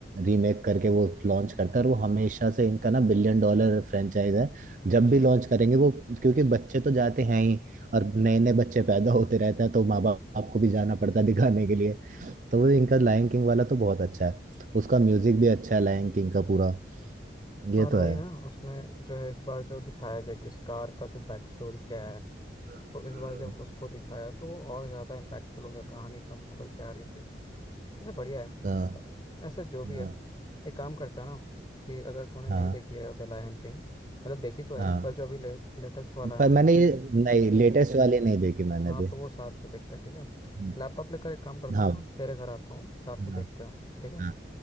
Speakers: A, on the right (about 45°); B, on the left (about 25°).
A: रीमेक करके वो लॉन्च करता है और वो हमेशा से इनका ना बिलियन डॉलर फ्रेंचाइज है जब भी लॉन्च करेंगे वो क्योंकि बच्चे तो जाते हैं ही और नए नए बच्चे पैदा होते रहते हैं तो माँ बाप को भी जाना पड़ता है दिखाने के लिए तो वो इनका लायन किंग वाला तो बहुत अच्छा है उसका म्यूजिक भी अच्छा है लायन किंग का पूरा ये
B: और वही
A: तो है
B: ना उसमें जो है इस बार जो दिखाया गया कि इस कार का जो बैक स्टोरी क्या है
A: हम्म,
B: तो इस बार जब उसको दिखाया तो वो और ज़्यादा इम्पैक्टफुल हो गया कहानी एकदम खुल के आ रही थी वैसे बढ़िया
A: हाँ
B: है ऐसे जो भी
A: हाँ।
B: है एक काम करता है ना कि अगर तूने नहीं
A: हाँ
B: देखी है द लायन किंग मतलब देखी तो है
A: हाँ
B: पर जो अभी ले, लेटेस्ट वाला है
A: पर
B: ना
A: मैंने
B: उस
A: ये नहीं लेटेस्ट वाली नहीं देखी मैंने
B: हाँ
A: भी
B: तो वो साथ में देखते हैं ठीक है
A: हम्म,
B: लैपटॉप लेकर एक काम करता
A: हाँ
B: हूँ मैं
A: भाई
B: तेरे घर आता हूँ साथ
A: हाँ
B: में देखते हैं ठीक है
A: हाँ